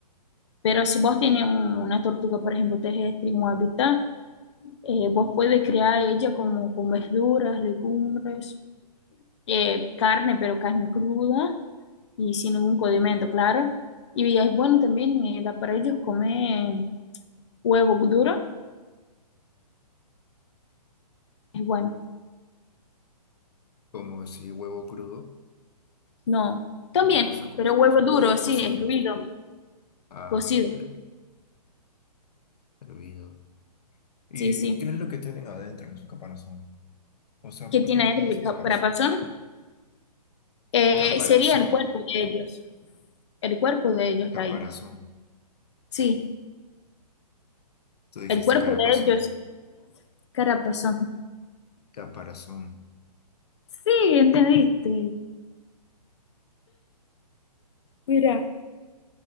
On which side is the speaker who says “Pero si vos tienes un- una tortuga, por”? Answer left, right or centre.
Left